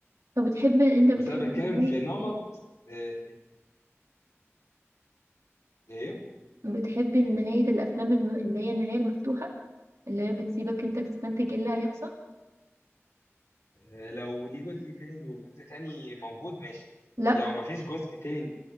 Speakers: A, on the right (about 85°); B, on the left (about 75°).
A: طب بتحب انت بتحب
B: بس انا بتكلم
A: نهاية
B: في نمط آه، ايه
A: بتحب نهاية الافلام الم... اللي هي النهاية المفتوحة اللي هي بتسيبك انت تستنتج ايه اللي هيحصل
B: آه، لو ليه جزء تاني وجزء تاني موجود ماشي
A: لا
B: لو مفيش جزء تاني